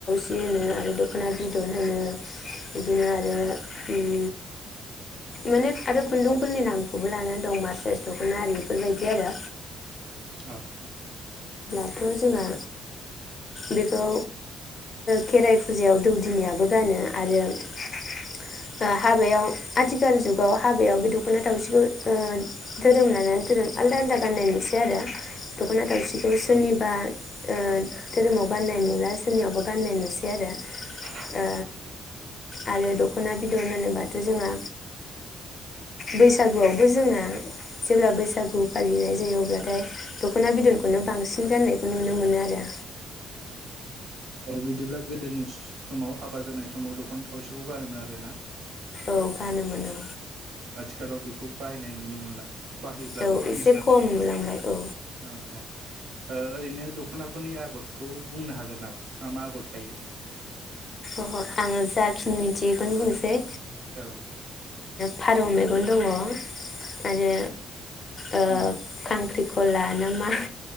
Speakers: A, on the left; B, on the right.
A: बिदि होनो आरो दखना बिदन होनो बिदिनो आरो उम माने आरो खुन्दुंफोरनि नामखौबो लानानै दं मासस्रास दखनारि बेफोरबायदि बिदि आरो।
B: औ औ।
A: थ जोंहा बेखौ खेराइ फुजायाव दौदिनियाबो गानो आरो हाबायाव आथिखाल जुगाव हाबायाव बे दखना थावसिखौ धोरोम लानानै धोरोम आलदा आलदा गाननाय नुयोसै आरो दखना थावसि बे सोरनिबा
B: औ
A: ओ धोरोमाव गाननाय नुला जोंनियावबो गान्नाय नुसै आरो।
B: औ
A: ओ आरो दखना बिदन होनोबा जोंहा बैसागुआवबो जोङो जेब्ला बैसागु बलिनाय जायो अब्लाथाय दखना बिदनखौनो बांसिन गाननायखौ नुनो मोनो आरो।
B: औ औ। औ बिदिब्ला गोदोनि समाव हाबा जानाय समाव दखना थावसिखौ गानोमोन आरोना?
A: औ गानोमोन औ।
B: आथिखालाव बेखौ बाहायनाय नुनो मोनला। बाहायब्लाबो
A: औ
B: खमसै
A: एसे खम नुलांबाय औ
B: औ औ ओरैनो दखना फोरनि आगरखौ बुंनो हागोन नामा मा मा आगर थायो?
A: औ आङो जाखिनि मिथियो बेखौनो बुंनोसै।
B: औ।
A: फारौ मेगन दङ आरो ओ
B: उम
A: खांख्रिं खला <unintelligible>